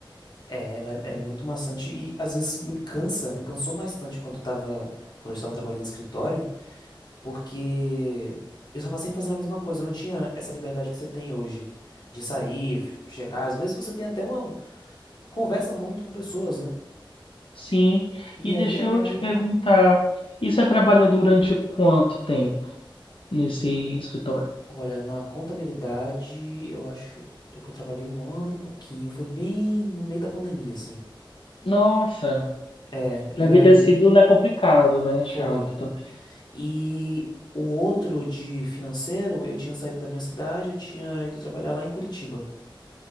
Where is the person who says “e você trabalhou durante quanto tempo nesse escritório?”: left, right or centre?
Left